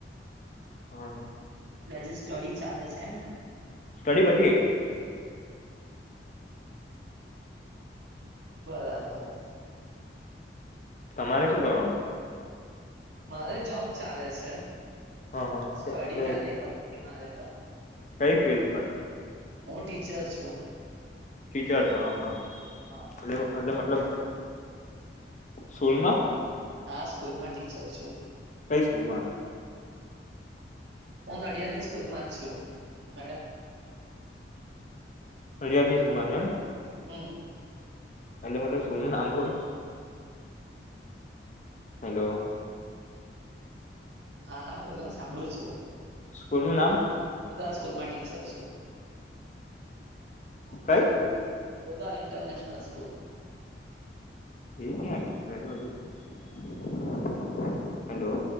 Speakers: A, on the left; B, on the right.
A: હા
B: એટલે હજી સ્ટડી ચાલે છે, એમને
A: સ્ટડી પતિ ગઇ.
B: બરાબર.
A: તમારે શું કરવાનું?
B: મારે જોબ ચાલે છે,
A: હા હા
B: સ્ટડી
A: એટલે
B: ક્યાર ની પતી ગઈ મારે તો.
A: કઈ ફિલ્ડ પર?
B: હું ટીચર છું.
A: ટીચર છો, હા
B: હા
A: લેહુ એટલે મતલબ સ્કૂલ માં?
B: હા, સ્કૂલ માં ટીચર છું.
A: કઈ સ્કૂલ માં છો?
B: હું નડિયાદની સ્કૂલમાં જ છું. મેડમ
A: અડિયાર ની સુુમારે એમ
B: હમ્મ
A: એટલે મતલબ સ્કુલનુ નામ તો હોય. હેલો
B: હા હા બોલો, સાંભળું છું.
A: સ્કૂલનું નામ?
B: બધા સ્કૂલ માં ટીચર છું.
A: કઈ?
B: Podar international school.
A: એ ક્યા આઈવું? <inaudible> હેલો.